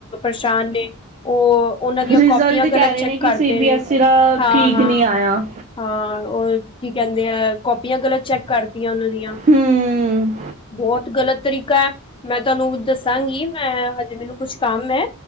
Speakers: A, on the left; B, on the right.
A: ਸ਼ਾਨ ਨੇ ਉਹ ਉਹਨਾਂ ਦੀਆਂ
B: ਰਿਜ਼ਲਟ
A: ਕਾਪੀਆਂ
B: ਕਹਿ
A: ਗਲਤ
B: ਰਹੇ
A: ਚੈੱਕ
B: ਨੇ ਕਿ
A: ਕਰਦੇ
B: ਸੀ ਬੀ
A: ਨੇ
B: ਐਸ ਈ ਦਾ
A: ਹਾਂ
B: ਠੀਕ
A: ਹਾਂ
B: ਨੀ ਆਇਆ।
A: ਹਾਂ ਉਹ ਕੀ ਕਹਿੰਦੇ ਆ ਕਾਪੀਆਂ ਕਰ ਚੈੱਕ ਕਰ ਉਹਨਾਂ ਦੀਆਂ
B: ਹੂੰ
A: ਬਹੁਤ ਗਲਤ ਤਰੀਕਾ ਹੈ। ਮੈਂ ਤੁਹਾਨੂੰ ਦੱਸਾਂਗੀ ਮੈਂ ਹਜੇ ਮੈਨੂੰ ਕੁਛ ਕੰਮ ਹੈ